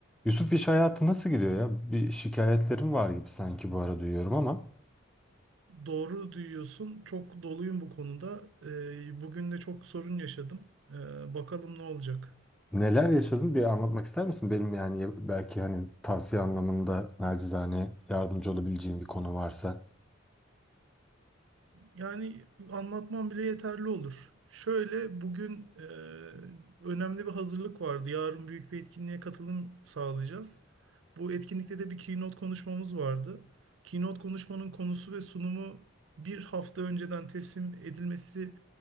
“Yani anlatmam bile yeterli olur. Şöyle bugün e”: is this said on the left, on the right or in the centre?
Right